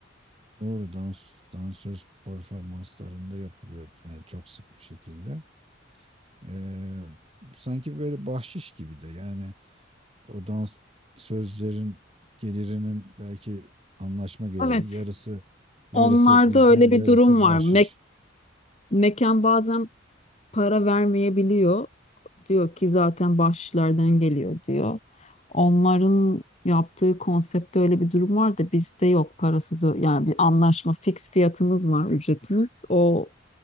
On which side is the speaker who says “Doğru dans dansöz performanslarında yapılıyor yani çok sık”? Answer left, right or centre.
Right